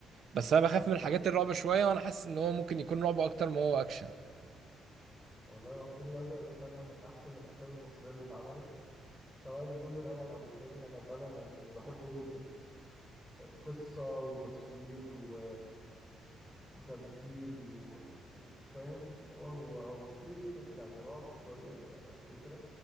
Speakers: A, on the right; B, in the centre.
A: بس انا بخاف من الحاجات الرعب شويه وانا حاسس ان هو ممكن يكون رعب اكتر ما هو اكشن
B: والله هو الفيل الازرق ده فعلا من احسن الافلام المصرية اللي اتعملت سواء الجزء الاول او التاني انا فعلا يعني بحبه جدا قصة وتصوير و... وتمثيل و... وفاهم اللي هو هو هو في س- يعني رعب شوية كفكرة